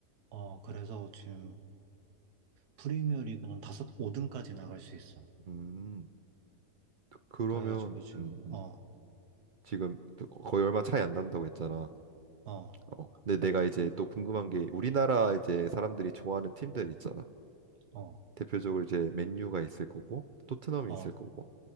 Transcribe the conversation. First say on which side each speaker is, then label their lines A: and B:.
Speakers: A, on the right; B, on the right.
A: 어, 그래서 지금 프리미어 리그는 다섯 5등까지 나갈 수 있어.
B: 음, 그러면,
A: 그래가지고 지금
B: 음, 음.
A: 어,
B: 지금 거의 얼마 차이 안 난다고 했잖아.
A: 어,
B: 어, 근데 내가 이제 또 궁금한 게 우리나라 이제 사람들이 좋아하는 팀들 있잖아.
A: 어,
B: 대표적으로 이제 맨유가 있을 거고, 토트넘이
A: 어,
B: 있을 거고.